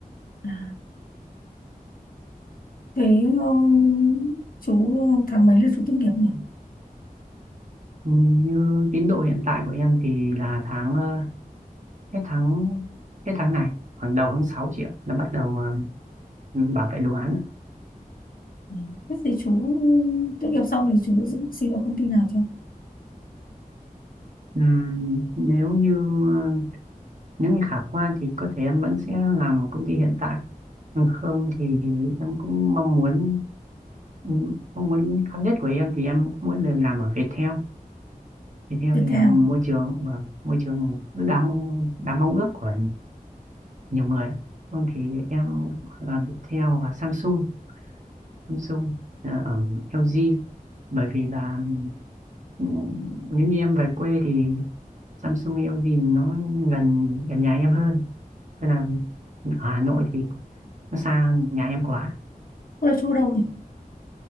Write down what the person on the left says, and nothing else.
À. Thế um, chú tháng mấy là chú tốt nghiệp nhỉ?
Ừ. Thế thì chú tốt nghiệp xong thì chú dự- xin vào công ty nào cho?
Viettel.
Quê chú ở đâu nhỉ?